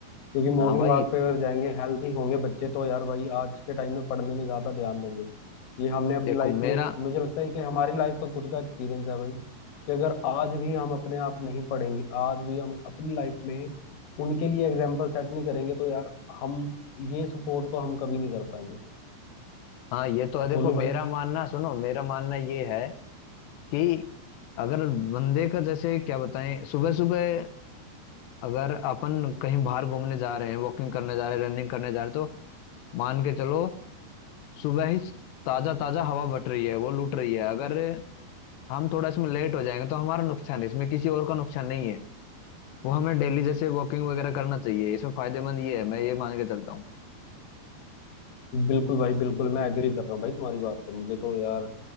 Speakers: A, on the left; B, on the left.
A: क्योंकि मॉर्निंग
B: हाँ भाई
A: वॉक पे अगर जाएंगे हेल्थी होंगे बच्चे तो यार भाई आज के टाइम में पढ़ने में ज्यादा ध्यान देंगे ये हमने अपनी
B: देखो
A: लाइफ
B: मेरा
A: में मुझे लगता है कि हमारी लाइफ का खुद का एक्सपीरियंस है भाई कि अगर आज भी हम अपने आप नहीं पढ़ेंगे आज भी हम अपनी लाइफ में उनके लिए एग्जाम्पल सेट नहीं करेंगे तो यार हम ये सपोर्ट तो हम कभी नहीं कर पाएंगे
B: हाँ ये तो है देखो
A: बोलो
B: मेरा
A: भाई
B: मानना सुनो मेरा मानना ये है कि अगर बंदे का जैसे क्या बताएं सुबह सुबह अगर अपन कहीं बाहर घूमने जा रहे हैं वॉकिंग करने जा रहे हैं रनिंग करने जा रहे हैं तो मान के चलो सुबह ही ताजा ताजा हवा बट रही है वो लूट रही है अगर हम थोड़ा इसमें लेट हो जाएंगे तो हमारा नुकसान है इसमें किसी और का नुकसान नहीं है वो हमें डेली जैसे वॉकिंग वगैरह करना चाहिए इसमें फायदेमंद ये है मैं ये मान के चलता हूँ
A: बिल्कुल भाई बिल्कुल मैं एग्री कर रहा हूँ भाई तुम्हारी बात से मुझे तो यार